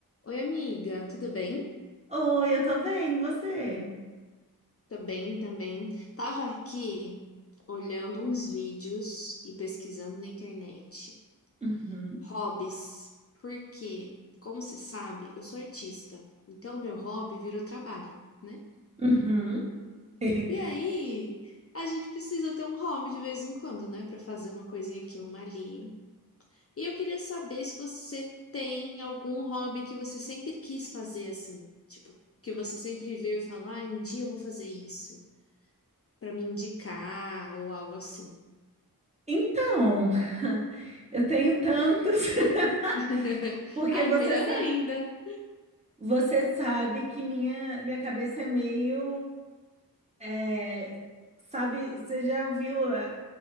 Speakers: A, on the left; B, on the right.
A: Oi, amiga, tudo bem?
B: Oi, eu tô bem, e você?
A: Também, também. Tava aqui olhando uns vídeos e pesquisando na internet.
B: Uhum,
A: Hobbies. Porque, como você sabe, eu sou artista. Então, meu hobby virou trabalho, né?
B: uhum. <laughs>
A: E aí, a gente precisa ter um hobby de vez em quando, né? Pra fazer uma coisinha aqui, uma ali. E eu queria saber se você tem algum hobby que você sempre quis fazer assim. Tipo, que você sempre vê e fala, ah, um dia eu vou fazer isso. para me indicar ou algo assim.
B: Então, <laughs> eu tenho tantos, <laughs>
A: <laughs>
B: Porque
A: Ai,
B: você
A: melhor
B: sabe,
A: ainda.
B: você sabe que minha, minha cabeça é meio, é, sabe, você já ouviu a,